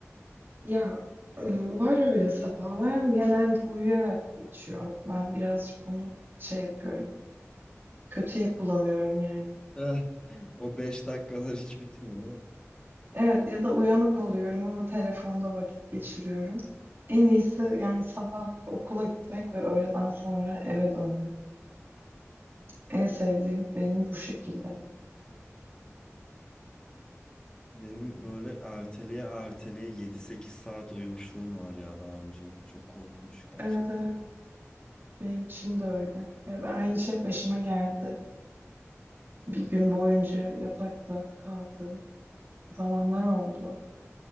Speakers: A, on the right; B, on the left.
A: Ya e, var öyle sabahlar ama genelde uyuyarak geçiyor. Ben birazcık onu şey yapıyorum. Kötüye kullanıyorum yani.
B: Eh, <laughs> O 5 dakikalar hiç bitmiyor değil mi?
A: Evet ya da uyanık oluyorum ama telefonda vakit geçiriyorum. En iyisi yani sabah okula gitmek ve öğleden sonra eve dönmek. En sevdiğim benim bu şekilde.
B: Benim böyle erteleye erteleye yedi sekiz saat uyumuşluğum var ya daha önce. Çok korkunç gerçekten.
A: Evet evet benim için de öyle. Ve ben aynı şey başıma geldi. Bir gün boyunca yatakta kaldığım zamanlar oldu.